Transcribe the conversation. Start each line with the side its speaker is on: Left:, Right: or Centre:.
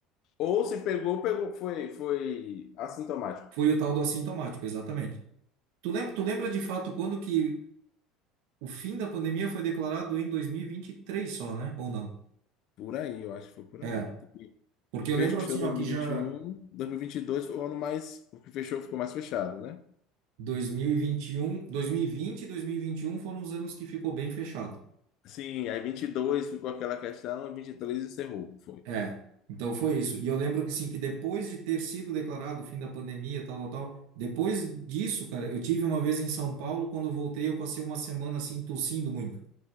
Left: Ou se pegou, pegou, foi, foi assintomático.
Right: Foi o tal do assintomático, exatamente. Tu lembra, tu lembra de fato quando que o fim da pandemia foi declarado em 2023 só, né? Ou não?
Left: Por aí, eu acho que foi por
Right: É,
Left: aí.
Right: porque
Left: Fechou
Right: eu lembro assim,
Left: 2021,
Right: ó, que já
Left: 2022 foi o ano mais, o que fechou ficou mais fechado, né?
Right: 2021, 2020 e 2021 foram os anos que ficou bem fechado.
Left: Sim, aí 22 ficou aquela questão, 23 encerrou, foi.
Right: É, então foi isso. E eu lembro que assim, que depois de ter sido declarado o fim da pandemia, tal, tal, tal, depois disso, cara, eu tive uma vez em São Paulo, quando eu voltei, eu passei uma semana assim tossindo muito.